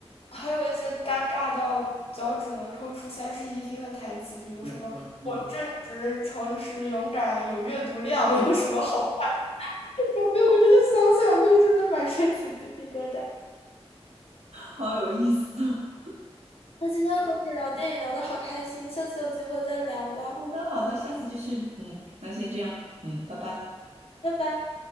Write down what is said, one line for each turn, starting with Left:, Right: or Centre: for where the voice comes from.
Left: 还有一些尴尬到脚趾能抠出三室一厅的台词，比如什么“我正直、
Right: 对对，
Left: 诚实、勇敢，有阅读量，我有什么好处？” <laughs> 我真的想想就是的满身起鸡皮疙瘩。
Right: 好有意思哦。
Left: 那今天和你聊电影聊得好开心，下次有机会再聊吧，
Right: <laughs> 好的，好的，下次继续。嗯，那先这样。嗯，拜拜。
Left: 拜拜。